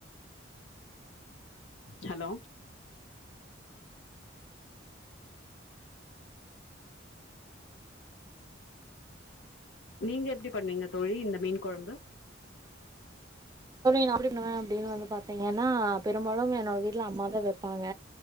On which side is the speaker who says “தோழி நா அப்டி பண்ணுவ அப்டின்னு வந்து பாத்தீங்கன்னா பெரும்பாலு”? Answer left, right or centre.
Right